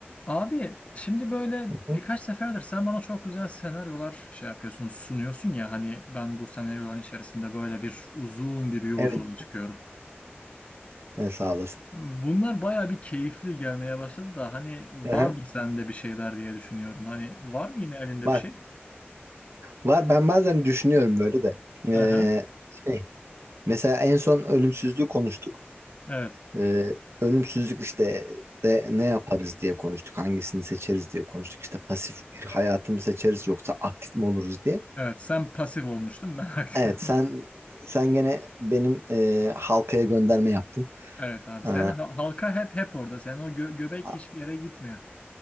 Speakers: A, on the left; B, on the right.
A: Abi şimdi böyle
B: Hı hı.
A: birkaç seferdir sen bana çok güzel senaryolar şey yapıyorsun, sunuyorsun ya hani ben bu senaryoların içerisinde böyle bir uzun bir yolculuğa
B: Evet.
A: çıkıyorum.
B: E, sağ olasın.
A: Bunlar baya bir keyifli gelmeye başladı da hani vardır
B: Aha,
A: sende bir şeyler diye düşünüyorum. Hani var mı yine elinde
B: var.
A: bir şey?
B: Var. Ben bazen düşünüyorum böyle de. Ee,
A: Aha,
B: şey. Mesela en son ölümsüzlüğü konuştuk.
A: evet.
B: Ee, ölümsüzlük işte de ne yaparız diye konuştuk. Hangisini seçeriz diye konuştuk. İşte pasif bir hayatı mı seçeriz yoksa aktif mi oluruz diye.
A: Evet sen pasif olmuştun ben <laughs> aktif
B: Evet
A: oldum.
B: sen sen gene benim e, halkaya gönderme yaptın.
A: Evet abi
B: Ee,
A: sen ha- halka hep hep orada. Sen o gö- göbek
B: a-
A: hiçbir yere gitmiyor.